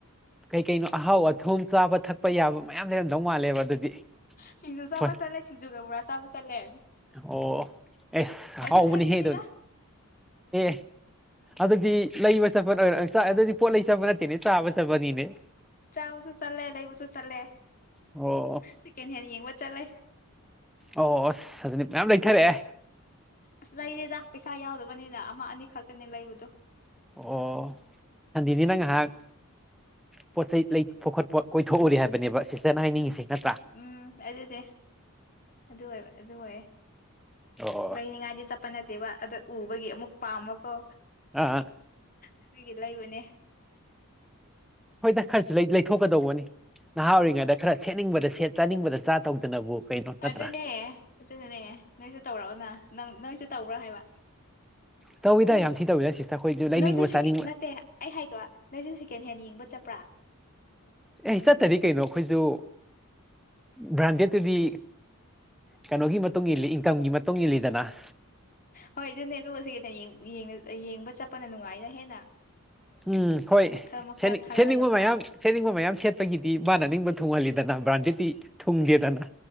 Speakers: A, in the centre; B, on the left (about 40°).
A: ꯀꯩ ꯀꯩꯅꯣ ꯑꯍꯥꯎ ꯑꯊꯨꯝ ꯆꯥꯕ ꯊꯛꯄ ꯌꯥꯕ ꯃꯌꯥꯝ ꯂꯩꯔꯝꯗꯧ ꯃꯥꯜꯂꯦꯕ ꯑꯗꯨꯗꯤ
B: ꯁꯤꯡꯖꯨ ꯆꯥꯕ
A: ꯍꯣꯏ
B: ꯆꯠꯂꯦ ꯁꯤꯡꯖꯨꯒ ꯕꯣꯔꯥ ꯆꯥꯕ ꯆꯠꯂꯦ
A: ꯑꯣ ꯑꯦꯁ
B: ꯑꯗꯨ
A: ꯍꯥꯎꯕꯨꯅꯤ
B: ꯈꯛꯇꯅꯤꯗ
A: ꯍꯗ ꯑꯦ ꯑꯗꯨꯗꯤ ꯂꯩꯕ ꯆꯠꯄꯔ ꯑꯗꯨꯗꯤ ꯄꯣꯠ ꯂꯩ ꯆꯠꯄ ꯅꯠꯇꯦꯅꯦ ꯆꯥꯕ ꯆꯠꯄꯅꯤꯅꯦ
B: ꯆꯥꯕꯁꯨ ꯆꯠꯂꯦ ꯂꯩꯕꯁꯨ ꯆꯠꯂꯦ
A: ꯑꯣ
B: ꯁꯦꯀꯦꯟ ꯍꯦꯟ ꯌꯦꯡꯕ ꯆꯠꯂꯦ
A: ꯑꯣ ꯑꯁ ꯑꯗꯨꯖꯤꯅꯤ ꯃꯌꯥꯝ ꯂꯩꯊꯔꯛꯑꯦ
B: ꯑꯁ ꯂꯩꯔꯦꯗ ꯄꯩꯁꯥ ꯌꯥꯎꯗꯕꯅꯤꯅ ꯑꯃ ꯑꯅꯤ ꯈꯛꯇꯅꯦ ꯂꯩꯕꯗꯣ
A: ꯑꯣ ꯁꯗꯤꯅꯤ ꯅꯪ ꯍꯥꯏꯥꯛ ꯄꯣꯠ ꯆꯩ ꯂꯩꯄ ꯈꯣꯠꯄ ꯀꯣꯏꯊꯣꯛꯎꯔꯤꯦ ꯍꯥꯏꯕꯅꯦꯕ ꯁꯤꯇꯔꯅ ꯍꯥꯏꯅꯤꯡꯉꯤꯁꯦ ꯅꯠꯇ꯭ꯔꯥ
B: ꯎꯝ ꯑꯗꯨꯗꯤ ꯑꯗꯨ ꯑꯣꯏ ꯑꯗꯨ ꯑꯣꯏꯌꯦꯦ
A: ꯑꯣ
B: ꯕꯩꯅꯤ ꯉꯥꯁꯦ ꯆꯞꯄ ꯅꯠꯇꯦꯕ ꯑꯗ ꯎꯕꯒꯤ ꯑꯃꯨꯛ ꯄꯥꯃꯀꯣ
A: ꯑꯥ
B: ꯑꯗꯨꯒꯤ ꯂꯩꯕꯅꯦ
A: ꯍꯣꯏꯗ ꯈꯔꯁꯨ ꯂꯩꯊꯣꯛꯀꯗꯧꯕꯅꯤ ꯅꯍꯥ ꯑꯣꯏꯔꯤꯉꯩꯗ ꯈꯔ ꯁꯦꯠꯅꯤꯡꯕꯗ ꯁꯦꯠ ꯆꯥꯅꯤꯡꯕꯗ ꯆꯥ ꯇꯧꯗꯅꯕꯨ ꯀꯩꯅꯣ ꯅꯠꯇ꯭ꯔꯥ
B: ꯑꯗꯨꯅꯦ ꯑꯗꯨꯅꯅꯦ ꯅꯣꯏꯁꯨ ꯇꯧꯔꯛꯑꯣꯅ ꯅꯪ ꯅꯣꯏꯁꯨ ꯇꯧꯕ꯭ꯔꯥ ꯍꯥꯏꯕ
A: ꯇꯧꯋꯤꯗ
B: <unintelligible>
A: ꯌꯥꯝ ꯊꯤ ꯇꯧꯋꯤꯗ ꯁꯤꯁꯇꯔ ꯑꯩꯈꯣꯏꯁꯨ ꯂꯩꯅꯤꯡꯕ
B: ꯎ ꯅꯣꯏꯁꯨ
A: ꯆꯥꯅꯤꯡꯕ
B: ꯅꯠꯇꯦ ꯑꯩ ꯍꯥꯏꯈꯣ ꯅꯣꯏꯁꯨ ꯁꯤꯀꯦꯟ ꯍꯦꯟꯅ ꯌꯦꯡꯕ ꯆꯠꯄ꯭ꯔꯥ <unintelligible>
A: ꯑꯦ ꯆꯠꯇꯗꯤ ꯀꯩꯅꯣ ꯑꯩꯈꯣꯏꯁꯨ ꯕ꯭ꯔꯥꯟꯗꯦꯗꯠꯇꯨꯗꯤ ꯀꯩꯅꯣꯒꯤ ꯃꯇꯨꯡ ꯏꯜꯂꯤ ꯏꯟꯀꯝꯒꯤ ꯃꯇꯨꯡ ꯏꯜꯂꯤꯗꯅ
B: ꯍꯣꯏ ꯑꯗꯨꯅꯦ ꯑꯗꯨ ꯁꯤ ꯀꯩꯅ ꯌꯦꯡꯕ ꯆꯠꯄꯅ ꯅꯨꯡꯉꯥꯏꯅ ꯍꯦꯟꯅ
A: ꯎꯝ ꯍꯣꯏ
B: ꯃꯈꯜ ꯃꯈꯜ ꯈꯜꯂꯒꯀꯣ
A: ꯁꯦꯠꯅꯤꯡꯕ ꯃꯌꯥꯝ ꯁꯦꯠꯅꯤꯡꯕ ꯃꯌꯥꯝ ꯁꯦꯠꯄꯒꯤꯗꯤ ꯃꯅꯅꯤꯡꯕ ꯊꯨꯡꯍꯜꯂꯤ ꯗꯅ ꯕ꯭ꯔꯥꯟꯗꯤꯦꯗꯤꯤ ꯊꯨꯡꯗꯦꯗꯅ